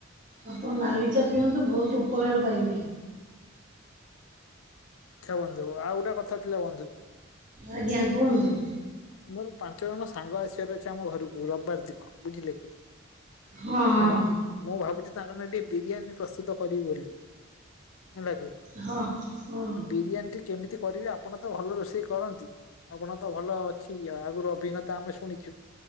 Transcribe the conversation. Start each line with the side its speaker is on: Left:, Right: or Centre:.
Right: ଆପଣ ନାଲିଚା ପିଅନ୍ତୁ ବହୁତ ଉପକାର ପାଇବେ।
Left: ଆଖ ବନ୍ଧୁ ଆଉ ଗୋଟେ କଥା ଥିଲା ବନ୍ଧୁ।
Right: ଆଜ୍ଞା କୁହନ୍ତୁ।
Left: ମୋର ପାଞ୍ଚ ଜଣ ସାଙ୍ଗ ଆସିବାର ଅଛି ଆମ ଘରକୁ ରବିବାର ଦିନ ବୁଝିଲେ କି।
Right: ହଁ ହଁ
Left: ହେଲା ମୁଁ ଭାବୁଛି ତାଙ୍କର ଟିକେ ବିରିୟାନୀ ପ୍ରସ୍ତୁତ କରିବି ବୋଲି। ହେଲା କି
Right: ହଁ ହଁ
Left: ବିରିୟାନୀ ଟ କେମିତି କରିବେ ଆପଣ ତ ଭଲ ରୋଷେଇ କରନ୍ତି ଆପଣ ତ ଭଲ ଅଛି ଆଗରୁ ଅଭିଜ୍ଞତା ତ ଆମେ ଶୁଣିଛୁ